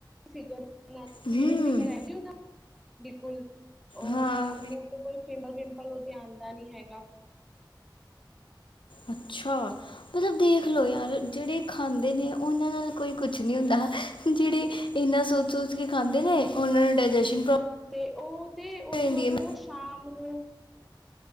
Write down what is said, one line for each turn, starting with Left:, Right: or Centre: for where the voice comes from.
Centre: ਫਿਗਰ
Left: ਹੂੰ
Centre: ਜੀਰੋ ਫਿਗਰ ਆ ਜੇ ਉਦਾ। ਬਿਲਕੁਲ ਔਰ
Left: ਹਾਂ
Centre: ਮੂੰਹ ਤੇ ਕੋਈ ਪਿੰਪਲ ਪਿੰਪਲ ਉਹਦੇ ਆਂਦਾ ਨੀ ਹੈਗਾ।
Left: ਅੱਛਾ, ਮਤਲਬ ਦੇਖ
Centre: ਹਾਂ
Left: ਲਓ ਯਾਰ ਜਿਹੜੇ ਖਾਂਦੇ ਨੇ ਉਹਨਾਂ ਨਾਲ ਕੋਈ ਕੁਛ ਨੀ ਹੁੰਦਾ ਜਿਹੜੇ ਇੰਨਾ ਸੋਚ-ਸੋਚ ਕੇ ਖਾਂਦੇ ਨੇ ਉਹਨਾਂ ਨੂੰ ਡਾਈਜੈਸ਼ਨ ਪ੍ਰੋਬਲਮ
Centre: ਤੇ ਉਹ ਤੇ ਉਹ
Left: ਹੋ ਜਾਂਦੀ
Centre: ਤੇ ਮਤਲਬ
Left: ਹੈ
Centre: ਉਹ ਸ਼ਾਮ ਨੂੰ